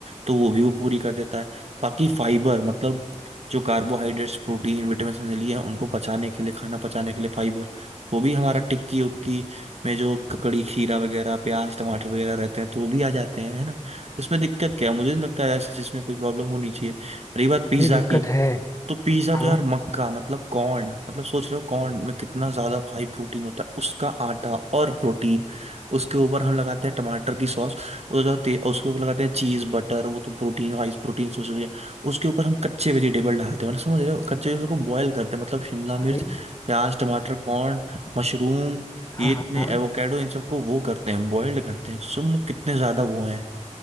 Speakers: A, on the right; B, on the left.
A: तो वो भी वो पूरी कर देता है बाकी फाइबर मतलब जो कार्बोहाइड्रेट्स प्रोटीन विटामिन समझ लिए हैं उनको पचाने के लिए खाना पचाने के लिए फाइबर वो भी हमारा टिक्की उक्की में जो ककड़ी खीरा वगैरह प्याज टमाटर वगैरह रहते हैं तो वो भी आ जाते हैं है ना तो इसमें दिक्कत क्या है मुझे नहीं लगता है ऐसा जिसमें कोई प्रॉब्लम होनी चाहिए रही बात पिज्ज़ा
B: ये दिक्कत
A: की
B: है
A: तो पिज्जा
B: हाँ
A: तो यार मक्का मतलब कॉर्न मतलब सोच रहे हो कॉर्न में कितना ज्यादा हाई प्रोटीन होता है उसका आटा और प्रोटीन उसके ऊपर हम लगाते हैं टमाटर की सॉस वो जाते हैं उसके ऊपर लगाते हैं चीज बटर वो तो प्रोटीन हाई प्रोटीन सोच रही है उसके ऊपर हम कच्चे वेजिटेबल डालते हैं मतलब समझ रहे हो कच्चे वेजिटेबल को बॉयल करते हैं मतलब शिमला
B: भाई
A: मिर्च प्याज टमाटर कॉर्न मशरूम ये
B: हाँ
A: इतने
B: हाँ
A: एवोकेडो इन सबको वो करते हैं बॉयल्ड करते हैं सो मतलब कितने ज्यादा वो हैं